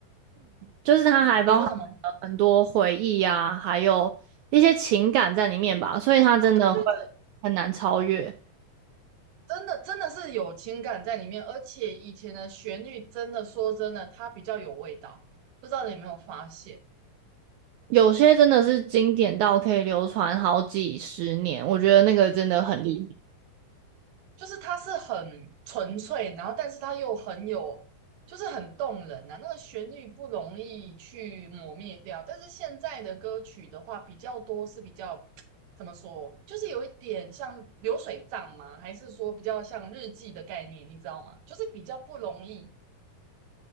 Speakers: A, on the right (about 85°); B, on the right (about 70°).
A: 就是它还包含了很多回忆呀，
B: 你说什么？
A: 还有一些情感在里面吧，所以它真的会
B: 对对对，
A: 很难超越。
B: 真的真的是有情感在里面，而且以前的旋律真的说真的，它比较有味道，不知道你有没有发现？
A: 有些真的是经典到可以流传好几十年，我觉得那个真的很厉害。
B: 就是它是很纯粹，然后但是它又很有，就是很动人啊。那个旋律不容易去磨灭掉，但是现在的歌曲的话，比较多是比较 <tsk> 怎么说，就是有一点像流水账吗？还是说比较像日记的概念，你知道吗？就是比较不容易，